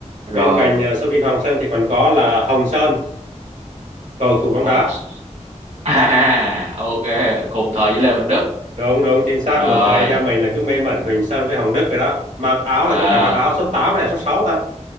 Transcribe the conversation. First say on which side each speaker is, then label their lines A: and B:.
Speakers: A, on the right (about 60°); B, on the right (about 80°).
A: rồi
B: bên cạnh uh, Soobin Hoàng Sơn thì còn có là Hồng Sơn cầu thủ
A: Hồng
B: bóng đá
A: <laughs> à ok cùng thời với Lê Huỳnh Đức
B: đúng đúng chính xác
A: rồi
B: một thời anh em mình là cứ mê mẩn Huỳnh Sơn với Hồng Đức rồi đó mặc áo là
A: à,
B: cứ phải mặc áo số 8 hay là số 6 ta